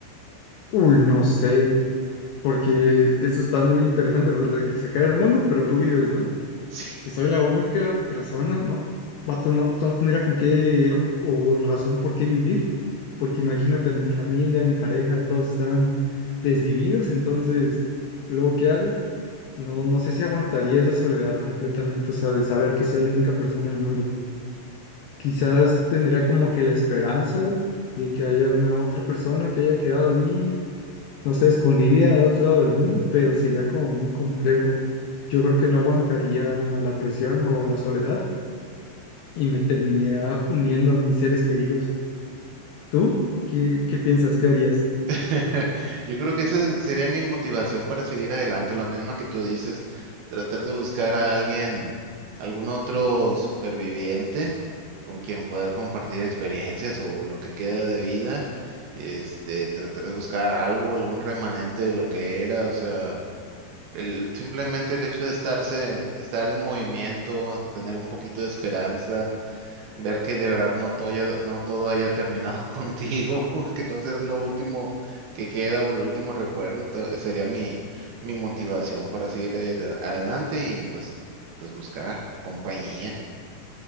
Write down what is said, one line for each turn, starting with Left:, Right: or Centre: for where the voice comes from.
Left: Uy, no sé. porque eso está muy interesante, pues, de que se acabe el mundo, pero tú vives, ¿no?
Right: <laughs>
Left: Si soy la única persona, no, vato, no, no tendría con qué o razón por qué vivir, porque imagínate, mi familia, mi pareja, todos están desvividos, entonces, ¿luego qué hago? No, no sé si aguantaría esa soledad completamente, o sea, de saber que sea la única persona en el mundo. Quizás tendría como que la esperanza de que haya una otra persona que haya quedado allí no sé, escondida al otro lado del mundo, pero sería como muy complejo. Yo creo que no aguantaría la presión o la soledad y me terminaría uniendo a mis seres queridos. ¿Tú qué, qué piensas? ¿Qué harías?
Right: <laughs> Yo creo que esa sería mi motivación para seguir adelante, lo mismo que tú dices, tratar de buscar a alguien, algún otro superviviente con quien poder compartir experiencias o lo que queda de vida, este, tratar de buscar algo, algún remanente de lo que era, o sea, el, simplemente el hecho de estarse, estar en movimiento, tener un poquito de esperanza ver que de verdad no todo, haya- no todo haya terminado <laughs> contigo, que no seas lo último que queda o lo último recuerdo, te- sería mi, mi motivación para seguir eh, de- adelante y pues, pues buscar compañía.